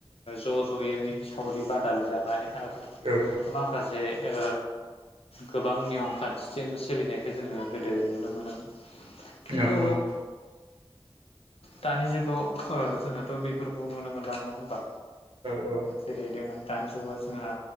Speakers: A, on the left; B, on the right.
A: ओ ज' ज'यै सावरि बादालि जानाय आरो
B: औ
A: माखासे ओ गोबां नियम खान्थिजों सोलिनायखो जोङो गोदो नुनो मोनोमोन। किन्थु
B: औ
A: दानि जुगाव ओ जोंहाथ' बेफोरखौ नुनो मोनला नङा होमबा?
B: औ
A: जेरै दों दानि जुगा जोंहा